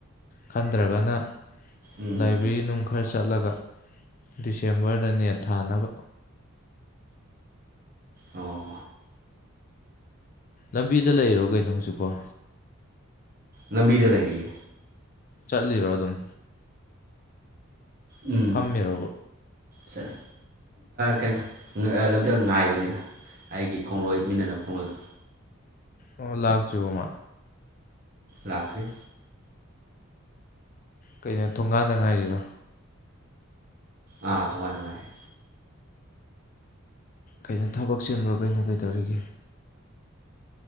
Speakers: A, on the left; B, on the right.
A: ꯈꯟꯗ꯭ꯔꯒꯅ꯫
B: ꯎꯝ
A: ꯂꯥꯏꯕꯦꯔꯤ ꯅꯨꯡ ꯈꯔ ꯆꯠꯂꯒ ꯗꯤꯁꯦꯝꯕꯔꯗ ꯅꯦꯠ ꯊꯥꯅꯕ꯫
B: ꯑꯣ
A: ꯂꯝꯕꯤꯗ ꯂꯩꯔꯣ ꯀꯩꯅꯣ ꯍꯧꯖꯤꯛꯐꯥꯎ
B: ꯂꯝꯕꯤꯗ ꯂꯩꯔꯤꯌꯦ
A: ꯆꯠꯂꯤꯔꯣ ꯑꯗꯨꯝ
B: ꯎꯝ
A: ꯐꯝꯃꯤꯔꯣꯕ
B: ꯆꯠꯂꯦ ꯀꯩꯅꯣ ꯂꯝꯗꯦꯜ ꯉꯥꯏꯕꯅꯤꯗ ꯑꯩꯒꯤ ꯈꯣꯡꯂꯣꯏ ꯃꯤꯟꯅꯅꯕ ꯈꯣꯡꯂꯣꯏꯗ
A: ꯑꯣ ꯂꯥꯛꯇ꯭ꯔꯤꯕ ꯃꯥ
B: ꯂꯥꯛꯇ꯭ꯔꯔꯤ
A: ꯀꯩꯅꯣ ꯊꯣꯡꯒꯥꯟꯗ ꯉꯥꯏꯔꯤꯔꯣ
B: ꯑꯥ ꯇꯣꯉꯥꯟ ꯅꯨꯡꯉꯥꯏꯔꯦ
A: ꯀꯩꯅꯣ ꯊꯕꯛ ꯆꯦꯟꯕꯨꯔ ꯀꯩꯅꯣ ꯀꯩꯗꯧꯔꯤꯒꯦ